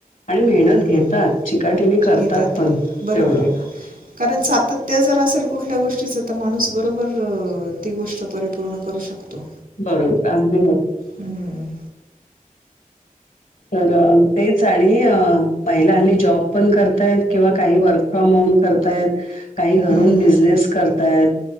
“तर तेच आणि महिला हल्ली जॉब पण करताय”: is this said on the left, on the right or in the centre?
Left